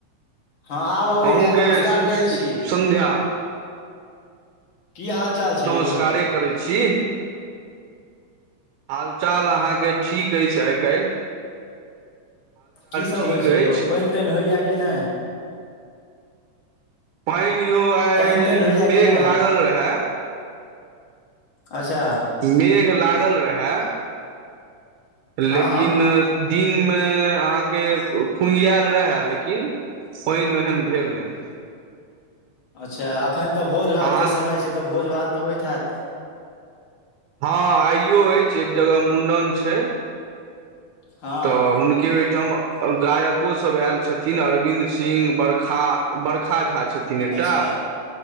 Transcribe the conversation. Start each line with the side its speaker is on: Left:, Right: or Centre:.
Left: हँ आब अबैया
Right: अहूँके
Left: नमस्कार
Right: शुभ
Left: करैत छी
Right: सन्ध्या
Left: की हाल
Right: हँ
Left: चाल
Right: हमूँ
Left: छै
Right: नमस्कारे
Left: यौ
Right: करै छी हाल चाल अहाँके ठीक अछ आइ काल्ह
Left: कीसभ
Right: ठीक
Left: होइ छै यौ
Right: अछि
Left: पानि तानि होइए कि नहि
Right: पानि यौ आइ
Left: पानि तानि होइया
Right: मेघ
Left: कि नहि
Right: लागल रहा
Left: अच्छा
Right: मेघ लागल रहा लेकिन
Left: हँ हँ
Right: दिनमे अहाँके फुनिआएल रहए लेकिन पानि ओहन भेल नहि
Left: अच्छा एखन तऽ भोज भातके
Right: अहाँ
Left: समय छै तऽ भोज भात तऽ होइत हैत
Right: हँ आइयो अछि एक जगह मुण्डन छै
Left: हँ
Right: तऽ हुन के ओहिठाम गायको सब आयल छथिन अरविन्द सिंह बड़खा बड़खा झा छथिन एकटा
Left: अच्छा